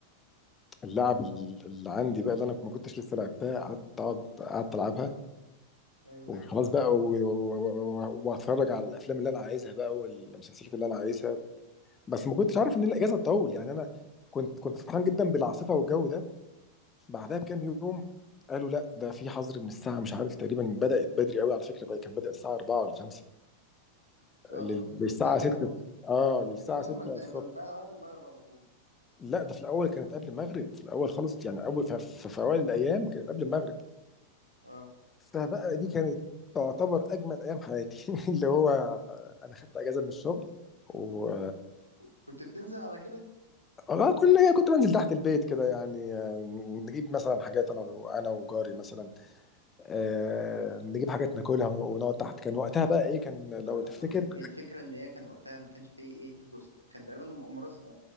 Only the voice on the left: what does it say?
اللعب اللي عندي بقى اللي انا ما كنتش لسه لعبتها قعدت اقعد قعدت العبها
وخلاص
بقى و- و- و- و- واتفرج على الافلام اللي انا عايزها بقى والمسلسلات اللي انا عايزها بس ما كنتش عارف ان الاجازه تطول يعني انا كنت كنت فرحان جدا بالعاصفه والجو ده بعدها بكام يوم قالوا لا ده في حظر من الساعه مش عارف تقريبا بدات بدري قوي على فكره بقى- كان بدا الساعه 4 ولا 5
لل- للساعه
6
اه للساعه
6
الصبح
لا ده في الاول كانت قبل المغرب في الاول خالص يعني اول في, في, في اوائل الايام كانت قبل المغرب
فبقى دي كانت تعتبر اجمل ايام حياتي <laughs> اللي هو انا خدت اجازه من الشغل و...
اه كل كنت بنزل تحت البيت كده يعني آه، نجيب مثلا حاجات انا و- انا وجاري مثلا آه، نجيب حاجات ناكلها ونقعد تحت كان وقتها بقى ايه كان لو
تفتكر